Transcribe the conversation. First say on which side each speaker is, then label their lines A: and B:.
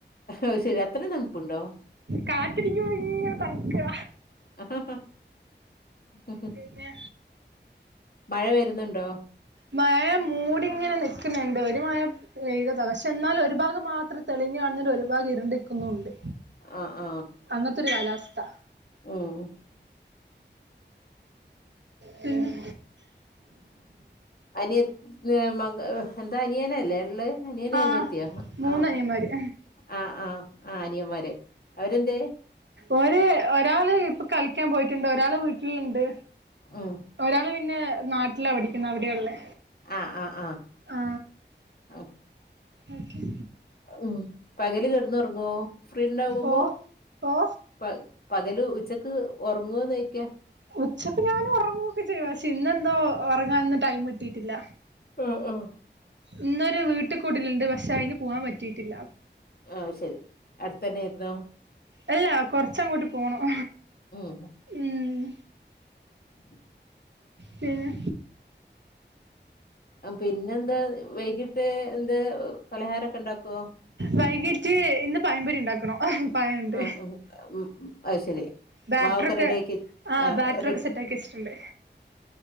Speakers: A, on the left; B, on the right.
A: അത് ശരി അത്രയും തണുപ്പുണ്ടോ
B: കാറ്റടിക്കുമ്പോ ഇങ്ങനെ തണ്ക്ക
A: ഹ് ഹ
B: പിന്നെ
A: മഴ വരുന്നുണ്ടോ?
B: മഴം മൂടിങ്ങനെ നിക്കുന്നുണ്ട് ഒരു മഴ- പെയ്തത പക്ഷെ എന്നാലും ഒരു ഭാഗം മാത്രം തെളിഞ്ഞു കാണല് ഒരു ഭാഗം ഇരുണ്ട് ക്ക് ന്നുണ്ട്.
A: ആ ആഹ്
B: അങ്ങത്തൊരു കാലാവസ്ഥ.
A: ഉം
B: പിന്നെ
A: അനിയത് മ എന്താ അനിയനല്ലേ ഉള്ളെ അനിയനൊ
B: ആ
A: അനിയത്തിയോ
B: മൂന്നനിയന്മാര്
A: അ ആ ആ ആ അനിയമ്മാര് അവരെന്തേ
B: ഓര് ഒരാളിപ്പൊ കളിക്കാൻ പോയിട്ടുണ്ട് ഒരാള് വീട്ടിലുണ്ട്.
A: ഉം
B: ഒരാള് പിന്നെ നാട്ടിലാ പഠിക്കുന്ന അവിട ഉള്ളേ
A: ആഹ് ആഹ്
B: ആ
A: <inaudible>
B: ഓക്കെ
A: ഉം പകല് കിടന്നുറങ്ങോ ഫ്രീണ്ടാകുമ്പോ
B: ഓ ഓ
A: പ പകലുച്ചക്ക് ഉറങ്ങോന്നോയ്ക്ക
B: ഉച്ചക്ക് ഞാനുറങ്ങൊക്കെ ചെയ്യും പക്ഷെ ഇന്നെന്തോ ഉറങ്ങാന് ടൈം കിട്ടിയിട്ടില്ല.
A: അ അ
B: ഇന്നൊരു വീട്ടീകൂടലുണ്ട് പക്ഷെ അയിന് പോകൻ പറ്റിയിട്ടില്ല
A: അ അത്ശെരി അടുത്തന്നെയായിരുന്നോ
B: ഏ കൊറച്ചങ്ങോട്ട് പോണം
A: ഉം
B: ഉം
A: <inaudible>
B: പിന്നെ
A: അ പിന്നെന്താ വൈകിട്ട് എന്ത് പലഹാരൊക്കെണ്ടാക്കുവോ
B: വൈകിട്ട് ഇന്ന് പഴം പൊരിണ്ടാക്കണോ പഴൊണ്ട്
A: ആഹ് ആഹ് ഉം അത് ശരി
B: ബാറ്ററിൊക്കെ
A: മാവൊക്കെ റെഡിയാക്കി
B: ആ
A: ആഹ്
B: ബാറ്ററി
A: റെ
B: ഒക്കെ സെറ്റ് ആക്കി വച്ചിട്ടുണ്ട്